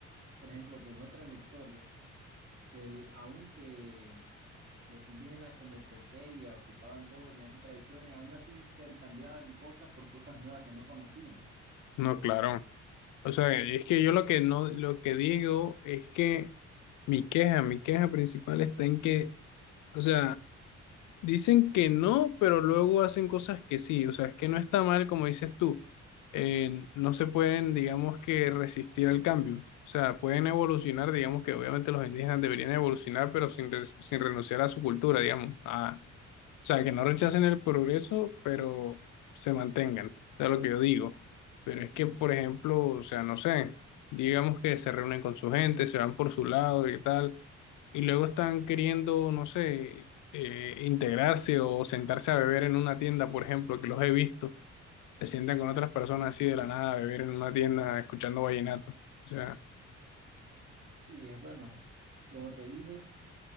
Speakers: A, on the right; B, on the left.
A: por ejemplo, te muestra en la historia que el, aunque los indígenas como que, ok, ocupaban todo, tenían sus tradiciones, aún así intercambiaban cosas por cosas nuevas que no conocían.
B: No, claro. O sea, es que yo lo que no, lo que digo es que mi queja, mi queja principal está en que o sea, Dicen que no, pero luego hacen cosas que sí. O sea, es que no está mal, como dices tú. Eh, no se pueden, digamos que, resistir al cambio. O sea, pueden evolucionar, digamos que obviamente los indígenas deberían evolucionar, pero sin, re- sin renunciar a su cultura, digamos, a, o sea, que no rechacen el progreso, pero se mantengan. O sea, lo que yo digo. Pero es que,
A: Ujú.
B: por ejemplo, o sea, no sé, digamos que se reúnen con su gente, se van por su lado y tal, y luego están queriendo, no sé, eh, integrarse o sentarse a beber en una tienda, por ejemplo, que los he visto, se sientan con otras personas así de la nada a beber en una tienda escuchando vallenato. O sea,
A: Sí, es bueno, como te dije,